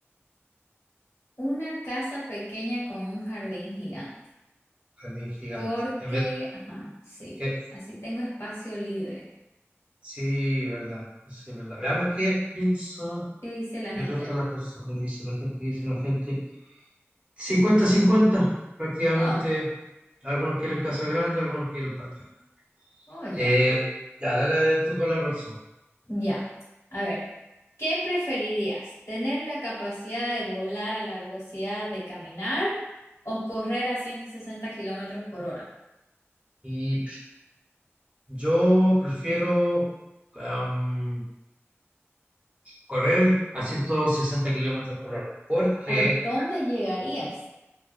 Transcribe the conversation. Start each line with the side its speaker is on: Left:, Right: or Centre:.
Left: una casa pequeña con un jardín gigante,
Right: jardín gigante.
Left: porque,
Right: En vez de
Left: ajá, sí,
Right: que,
Left: así tengo espacio libre.
Right: sí, verdad, sí, verdad. Veamos qué piensa
Left: ¿Qué dice la
Right: el
Left: gente?
Right: resto de las personas, qué dice la gente, qué dice la gente. cincuenta cincuenta prácticamente.
Left: Oh,
Right: Algunos quieren casa grande, algunos quieren patio grande.
Left: oh, ya,
Right: Eh, ya, dale tú con la próxima.
Left: ya. A ver, ¿qué preferirías? ¿Tener la capacidad de volar a la velocidad de caminar o correr a 160 kilómetros por hora?
Right: Y yo prefiero am, correr a 160 kilómetros por hora, porque
Left: ¿A dónde llegarías?